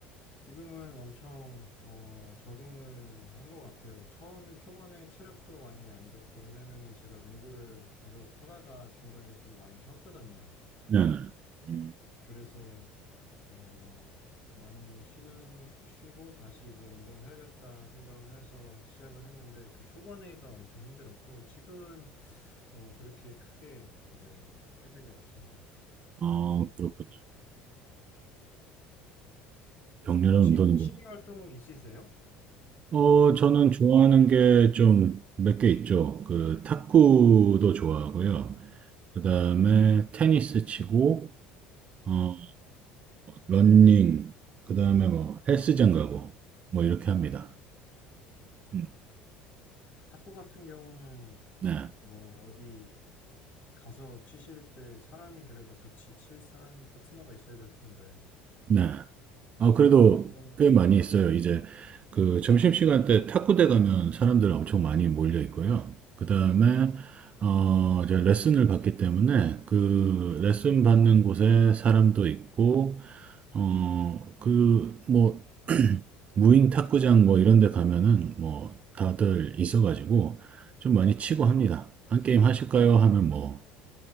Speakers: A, on the left (about 50°); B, on the right (about 35°).
A: 지금은 엄청 어, 적응을 한 것 같아요. 처음엔 초반에 체력도 많이 안 좋고 왜냐면은 제가 농구를 계속 하다가 중간에 좀 많이 쉬었거든요.
B: 네네. 음.
A: 그래서 어, 많이 쉬는, 쉬고 다시 이제 운동을 해야겠다 생각을 해서 시작을 했는데 그 초반에가 엄청 힘들었고 지금은 어, 그렇게 크게 네, 타격이 없습니다.
B: 아, 그렇군요. 격렬한
A: 혹시
B: 운동이군요.
A: 뭐 취미 활동 있으세요?
B: 어, 저는 좋아하는 게 좀 몇 개 있죠. 그 탁구도 좋아하고요. 그다음에 테니스 치고 어, 런 러닝, 그다음에 뭐 헬스장 가고 뭐 이렇게 합니다. 음,
A: 탁구 같은 경우는
B: 네,
A: 뭐 어디 가서 치실 때 사람이 그래도 같이 칠 사람 파트너가 있어야 될 텐데
B: 네. 아 그래도
A: 뭐 그런 거는
B: 꽤 많이
A: 네.
B: 있어요. 이제 그 점심시간 때 탁구대 가면 사람들 엄청 많이 몰려 있고요. 그다음에 어 이제 레슨을 받기 때문에 그 레슨 받는 곳에 사람도 있고 어 그 뭐 무인 탁구장 뭐 이런 데 가면은 뭐 다들 있어가지고 좀 많이 치고 합니다. 한 게임 하실까요? 하면 뭐